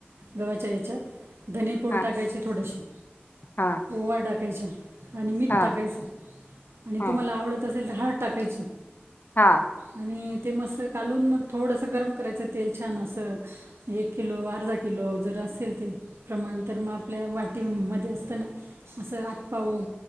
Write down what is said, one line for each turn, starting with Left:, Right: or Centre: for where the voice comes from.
Right: गव्हाच्या याच्यात. धने पूड
Left: हा
Right: टाकायचे थोडेशी.
Left: हा
Right: ओवा टाकायचा. आणि मीठ
Left: हा
Right: टाकायचं. आणि
Left: हा
Right: तुम्हाला आवडत असेल तर हाळद टाकायची.
Left: हा.
Right: आणि ते मस्त कालून मग थोडस गरम करायचं तेल छान असं. एक किलो, अर्धा किलो. जर असेल ते प्रमाण. तर मग आपल्या वाटीमध्ये असतना. असं आतपाव